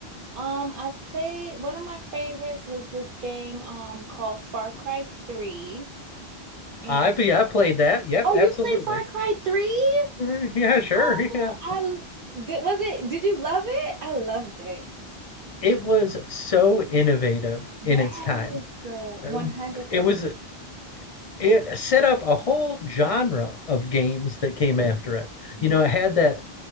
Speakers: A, on the right; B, on the left.
A: Um, I've played one of my favorites was this game um called Far Cry 3. And
B: I yeah, I played that. Yep,
A: oh,
B: absolutely.
A: you played Far Cry 3?
B: <laughs> Yeah, sure.
A: Oh,
B: Yeah.
A: I l- did was it did you love it? I loved it.
B: it was so innovative
A: Yes,
B: in its time.
A: uh, 100%.
B: Um, It was it set up a whole genre of games that came after it.
A: Yeah.
B: You know, it had that